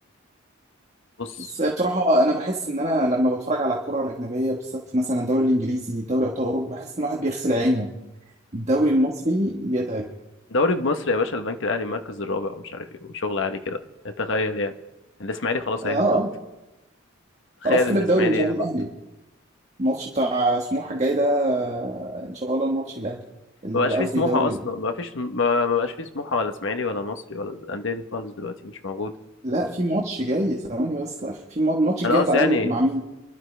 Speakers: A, on the left (about 65°); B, on the right (about 35°).
A: بص
B: بس بصراحة أنا بحس إن أنا لما بتفرج على الكرة الأجنبية بالذات مثلا الدوري الإنجليزي دوري أبطال أوروبا بحس إن الواحد بيغسل عينه الدوري المصري يتعب
A: دوري بمصر يا باشا البنك الاهلي المركز الرابع ومش عارف ايه وشغل عالي كده تخيل يعني الاسماعيلي خلاص
B: آه
A: هيهبط
B: آه
A: تخيل
B: خلاص كده
A: الاسماعيلي
B: الدوري إن شاء الله
A: يهبط
B: الأهلي الماتش بتاع سموحة الجاي ده آه، إن شاء الله الماتش الأهلي اللي
A: ما بقاش
B: قصدي
A: فيه سموحة
B: الدوري
A: أصلا ما فيش ما ما بقاش فيه سموحة ولا إسماعيلي ولا مصري ولا الأندية دي خالص دلوقتي مش موجودة
B: لا في ماتش جاي ثواني بس لا في ماتش الماتش الجاي
A: أنا قصدي
B: بتاع الأهلي
A: يعني
B: مع مين؟